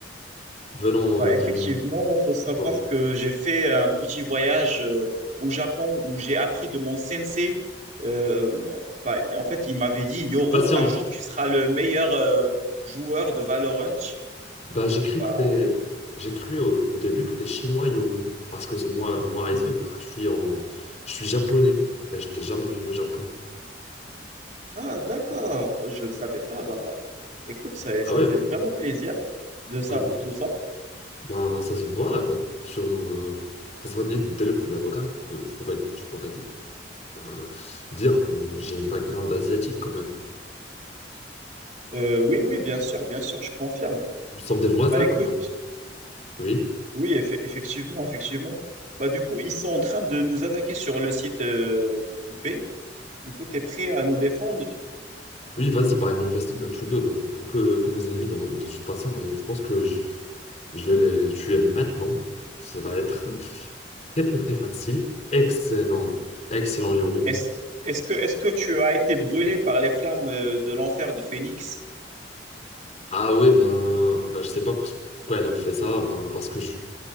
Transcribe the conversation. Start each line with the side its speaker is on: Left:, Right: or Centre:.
Left: venant
Right: Bah
Left: euh,
Right: effectivement,
Left: du...
Right: il faut savoir
Left: Voilà.
Right: que j'ai fait un petit voyage euh, au Japon où j'ai appris de mon sensei. Euh, bah, en fait, il m'avait dit, Yoro,
Left: Patiente.
Right: un jour tu seras le meilleur euh, joueur de Valorant.
Left: Bah, j'ai cru
Right: Bah,
Left: que t'es... J'ai cru euh, au début que t'es chinois, Yoro. Parce que moi, moi, Aizu, bah, je suis en... Je suis japonais. Et je t'ai jamais vu au Japon.
Right: Ah, d'accord, je ne le savais pas. Bah, écoute, ça, ça
Left: Ah ouais,
Right: fait
Left: bah,
Right: vraiment plaisir de savoir
Left: euh,
Right: tout ça.
Left: bah, ça se voit bah, sur nous... euh, ça se voit dès, dès le premier regard. Tu peux- tu pourrais, tu pourrais dire, euh, dire que j'ai un background asiatique quand même.
Right: Euh, oui, oui, bien sûr, bien sûr, je confirme.
Left: Nous sommes des voisins
Right: Bah, écoute,
Left: quand même. Oui.
Right: oui, eff- effectivement, effectivement. Bah, du coup, ils sont en train de nous attaquer sur le site euh, B. Du coup, tu es prêt à nous défendre?
Left: Oui, vas-y, bah, il nous reste tous deux dans- que, que des ennemis dans- de toute façon, et je pense que je, je vais les tuer maintenant. Ça va être très très très facile. Excellent, excellent Yoro.
Right: Est-ce, est-ce que, est-ce que tu as été brûlé par les flammes euh, de l'enfer de Phoenix?
Left: Ah ouais, ben, ben je sais pas pourquoi elle a fait ça, ben, parce que je,